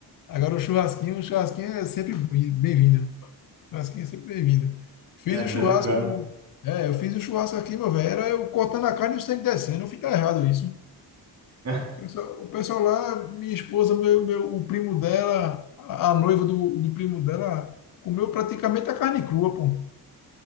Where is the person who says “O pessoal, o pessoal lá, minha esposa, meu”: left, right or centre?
Left